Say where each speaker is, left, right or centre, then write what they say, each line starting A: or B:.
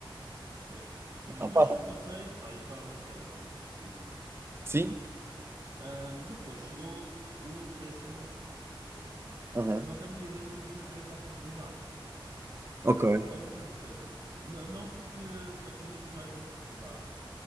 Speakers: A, on the right; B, on the right.
A: Pronto. E,
B: Ah,
A: mas
B: pá,
A: sempre
B: pá.
A: passei, pá, eu estava naquela, pronto, paciência.
B: Sim?
A: Ah, depois chegou o décimo ano, ok?
B: Aham.
A: Só que a minha ideia nunca foi para ir para a faculdade.
B: Ok.
A: Se calhar hoje arrependo-me. Não, não porque aprendesse mais na faculdade.